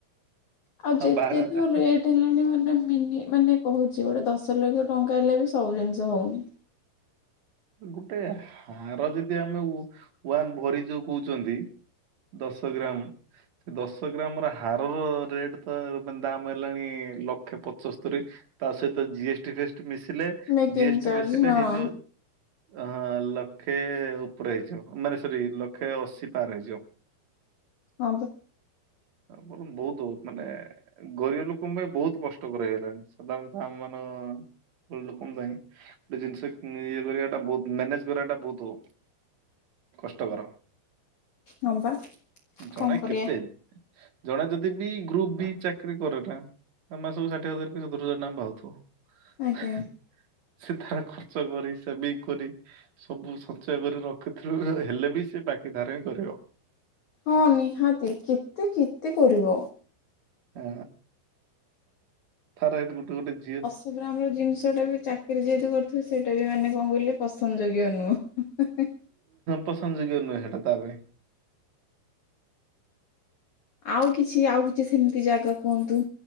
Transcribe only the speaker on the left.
ଆଉ
ଯେତେ
ତୁ ରେଟ ହେଲାଣି ମାନେ ମିନି ମାନେ କହୁଛି ଗୋଟେ ଦଶ ଲକ୍ଷ ଟଙ୍କା ହେଲେ ବି ସବୁ ଜିନିଷ ହେଉନି।
ମେକିଂ
ଚାର୍ଜ
ହଁ
ହଁ ପା।
ହଁ ବା
କଣ କରିବା?
ଆଜ୍ଞା
ହଁ ନିହାତି କେତେ କେତେ କରିବ।
ତାପରେ ଆମର ଜିନିଷଟା ବି ଚାକିରି ଯେହେତୁ କରୁଥିବୁ ସେଇଟା ବି ମାନେ କଣ କହିଲେ ପସନ୍ଦଯୋଗ୍ୟ ନୁହଁ।
ଆଉ କିଛି ଆଉ କିଛି ସେମିତି ଜାଗା କୁହନ୍ତୁ?